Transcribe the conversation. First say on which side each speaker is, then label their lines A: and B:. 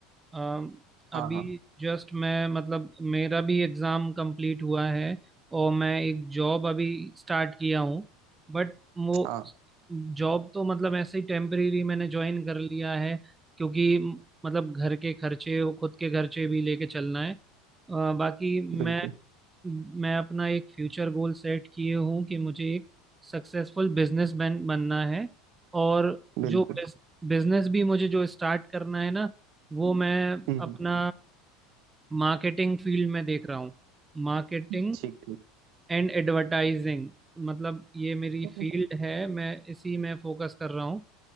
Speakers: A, on the right; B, on the right.
A: अ,
B: हाँ
A: अभी
B: हाँ
A: जस्ट मैं मतलब मेरा भी एग्ज़ाम कंप्लीट हुआ है और मैं एक जॉब अभी स्टार्ट किया हूँ बट वो
B: हाँ
A: जॉब तो मतलब ऐसे ही टेम्परेरी मैंने ज्वाइन कर लिया है क्योंकि मतलब घर के खर्चे और खुद के खर्चे भी लेके चलना है अ, बाकी
B: बिल्कुल
A: मैं मैं अपना एक फ्यूचर गोल सेट किए हूँ कि मुझे एक सक्सेसफुल बिजनेसमैन बनना है और
B: बिल्कुल
A: जो बिजनेस भी मुझे जो स्टार्ट करना है ना वो मैं
B: हम्म हम्म,
A: अपना मार्केटिंग फील्ड में देख रहा हूँ मार्केटिंग
B: ठीक
A: एंड एडवर्टाइजिंग मतलब ये मेरी
B: ठीक
A: फील्ड है मैं इसी में फोकस कर रहा हूँ